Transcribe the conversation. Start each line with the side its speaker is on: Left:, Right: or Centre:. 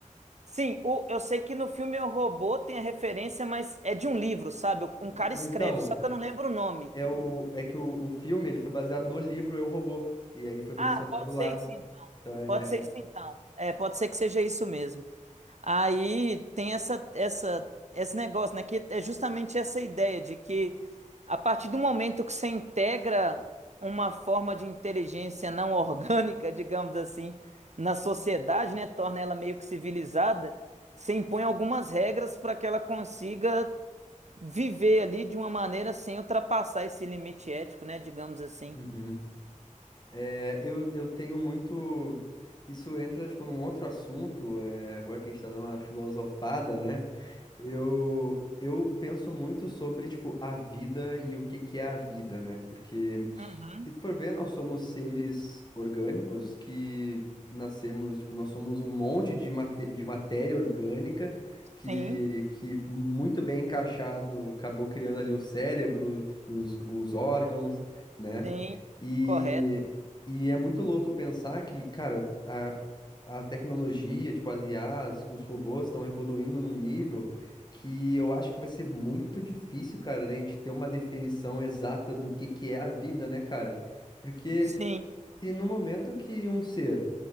Right: Sim, o- eu sei que no filme O Robô tem a referência, mas é de um livro, sabe? Um cara
Left: Ma- Mas
Right: escreve,
Left: então,
Right: só que eu não lembro o nome.
Left: é, o, é que o, o filme ele foi baseado no livro Eu, Robô, e aí foi mencionado
Right: Ah, pode
Left: lá.
Right: ser isso, en-
Left: Então é,
Right: pode ser
Left: é-
Right: isso então. É, pode ser que seja isso mesmo. Aí tem essa, essa, esse negócio, né? Que é justamente essa ideia de que a partir do momento que você integra uma forma de inteligência não orgânica, <laughs> digamos assim, na sociedade, né? Torna ela meio que civilizada, você impõe algumas regras para que ela consiga viver ali de uma maneira sem ultrapassar esse limite ético, né? Digamos assim.
Left: Uhum. É, eu, eu tenho muito. Isso entra, tipo, num outro assunto, é, agora que a gente tá dando uma filosofada, né? Eu, eu penso muito sobre, tipo, a vida e o que que é a vida, né? Porque
Right: Uhum.
Left: Se tu for ver, nós somos seres orgânicos que nascemos, tipo, nós somos um monte de, mate- de matéria orgânica que,
Right: Sim,
Left: que muito bem encaixado acabou criando ali o cérebro, os, os órgãos, né?
Right: sim,
Left: E,
Right: correto.
Left: e é muito louco pensar que, cara, a, a tecnologia, tipo, as IAs, os robôs estão evoluindo num nível que eu acho que vai ser muito difícil, cara, de a gente ter uma definição exata do que que é a vida, né, cara? Porque
Right: Sim,
Left: se no momento que um ser